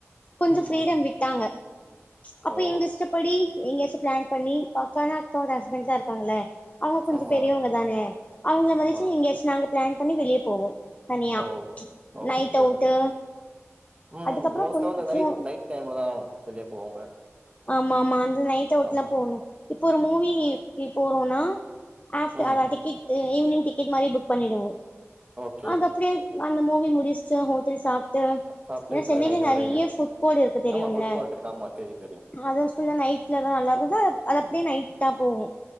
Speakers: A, on the left; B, on the right.
A: கொஞ்சம்
B: ம்
A: ஃப்ரீடம்
B: ம்
A: விட்டாங்க அப்ப
B: ஓ
A: எங்க இஷ்டப்படி எங்கயாச்சு பிளான் பண்ணி பசங்க அக்காவோட ஹஸ்பண்ட் தா இருக்காங்ள அவுங்க கொஞ்சோ
B: ஆமா
A: பெரியவங்க தானே அவங்கள மதிச்சு
B: ஆமா
A: எங்கயாச்சு நாங்க பிளான் பண்ணி வெளிய போவோ தனியா
B: ஓ ஓகே
A: நைட் அவுட்டு
B: ஓகே ம்
A: அதுக்கப்றோ
B: ம் மோஸ்தா
A: கொஞ்சோ
B: வந்து நைட் நைட் டைம்ல தா வெளிய போவோ
A: ஆமா ஆமா அந்த நைட் அவுட்ல்லா
B: ஆமா
A: போணு இப்ப ஒரு மூவிக்கு போறோனா <unintelligible>
B: ம்
A: ஈவினிங் டிக்கெட் மாரி புக் பண்ணிடுவோ
B: ஓகே
A: அது அப்டியே அந்த மூவி முடிச்சுட்டு ஹோட்டல் சாப் ஏன்னா
B: சாப்ட்டு அதே
A: சென்னையில
B: நைட் வருவீங்க
A: நெறய ஃபுட் கோர்ட் இருக்கு தெரியும்ல
B: ஆமா ஃபுட் கோர்ட் இருக்கு ஆமா தெரியு தெரியு
A: ஆ அத ஃபுல்லா நைட்லாதா நல்லா இருக்குதா அது அப்டியே நைட் தா போவோ